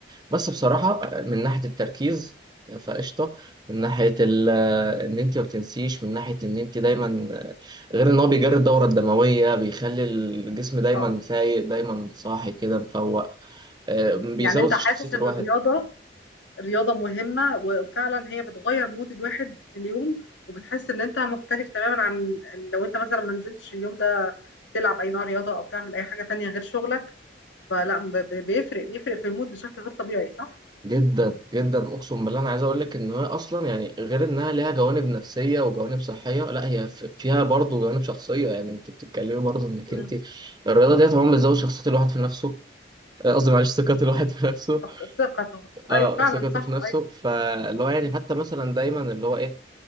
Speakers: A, on the right; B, on the left.
A: بس بصراحة من ناحية التركيز فقشطة من ناحية ال- ان انت ما بتنسيش من ناحية ان انت دايما غير ان هو بيجري الدورة الدموية بيخلي الجسم دايما
B: اه
A: فايق دايما صاحي كده مفوق آه، بيزود
B: يعني انت
A: في
B: حاسس
A: شخصية الواحد
B: ان الرياضة رياضة مهمة وفعلا هي بتغير مود الواحد في اليوم وبتحس ان انت مختلف تماما عن لو انت مثلا ما نزلتش اليوم ده تلعب اي نوع رياضة او تعمل اي حاجة تانية غير شغلك فلا ب- ب- بيفرق بيفرق في المود بشكل غير طبيعي صح؟
A: جدا جدا اقسم بالله انا عايز اقول لك ان هي اصلا يعني غير انها ليها جوانب نفسية وجوانب صحية لا هي ف- فيها برضه جوانب شخصية يعني انت بتتكلمي برضه انك
B: مم.
A: انت الرياضة ديت عموما بتزود شخصية الواحد في نفسه آه، قصدي معلش ثقة الواحد في نفسه
B: ثق- ثقته
A: اه
B: ايوه فعلا
A: ثقته
B: صح
A: في نفسه
B: ايوه
A: فاللي هو يعني حتى مثلا دايما اللي هو ايه